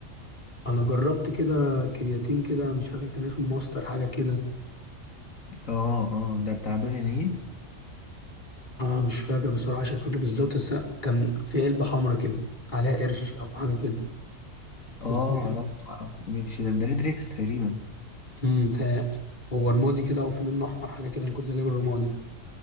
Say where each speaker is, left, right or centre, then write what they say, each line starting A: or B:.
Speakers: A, on the left (about 35°); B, on the left (about 80°).
A: انا جربت كده كرياتين كده مش فاكر كان اسمه ماستر حاجه كده
B: اه اه ده بتاع دوليان نيدز
A: اه مش فاكر بصراحه شركته بالظبط بس أنا كان في علبه حمرا كده عليها قرش او حاجه كده
B: اه
A: مم.
B: عرفت عرفت مش ده ريدريكس تقريبا
A: امم متهيألي هو رمادي كده او في منه احمر حاجه كده انا كنت جايب الرمادي ده